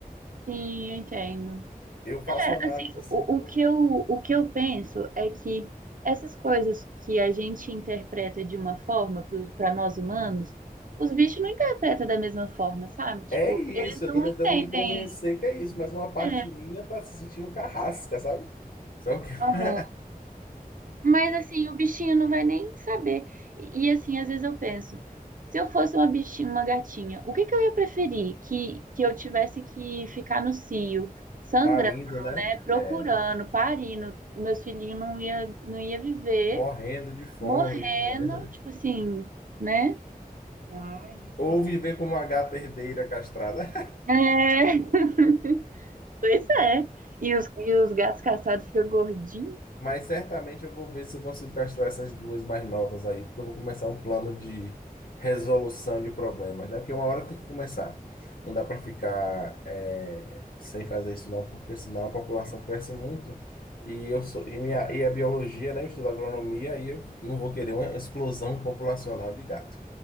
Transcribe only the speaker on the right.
sim, eu entendo.
É,
assim,
o,
o que eu, o que eu penso é que essas coisas que a gente interpreta de uma forma para nós humanos, os bichos não interpretam da mesma forma, sabe? Tipo,
eles não
entendem.
É,
aham. Mas assim, o bichinho não vai nem saber. E, e, assim, às vezes eu penso, se eu fosse uma bichinha, uma gatinha, o que que eu ia preferir? Que, que eu tivesse que ficar no cio, sangrando,
né? Procurando,
parindo, meus filhinhos não ia, não ia viver,
morrendo,
tipo assim, né? Ai, mas
lá
É, <laughs> pois é. E os, e os gatos castrados ficam gordinhos.